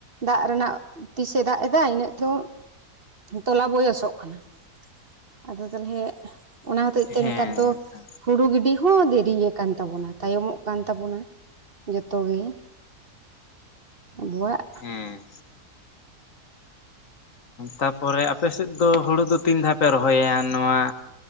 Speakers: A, on the right (about 40°); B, on the left (about 55°).
A: ᱫᱟᱜ ᱨᱮᱱᱟᱜ ᱛᱤᱥᱮ ᱫᱟᱜ ᱫᱟᱭ ᱤᱱᱟᱹᱜ ᱛᱚ ᱛᱚᱞᱟ ᱵᱚᱭᱚᱥᱚᱜ ᱠᱟᱱᱟ᱾ ᱟᱫᱚ ᱛᱟᱞᱦᱮ ᱚᱱᱟ ᱦᱚᱛᱮᱡ ᱛᱮ
B: ᱦᱮᱸ
A: ᱱᱮᱛᱟᱨ ᱫᱚ
B: ᱛᱚ
A: ᱦᱩᱲᱩ ᱜᱤᱰᱤ ᱦᱚᱸ ᱫᱮᱨᱤᱭ ᱟᱠᱟᱱ ᱛᱟᱵᱚᱱᱟ, ᱛᱟᱭᱚᱢᱚᱜ ᱠᱟᱱ ᱛᱟᱵᱚᱱᱟ᱾ ᱡᱚᱛᱚ ᱜᱤ ᱟᱵᱩᱣᱟᱜ
B: ᱦᱮᱸ᱾ ᱛᱟᱯᱚᱨᱮ ᱟᱯᱮ ᱥᱮᱫ ᱫᱚ ᱦᱩᱲᱩ ᱫᱚ ᱛᱤᱱ ᱫᱷᱟᱣ ᱯᱮ ᱨᱚᱦᱚᱭᱟ ᱱᱚᱣᱟ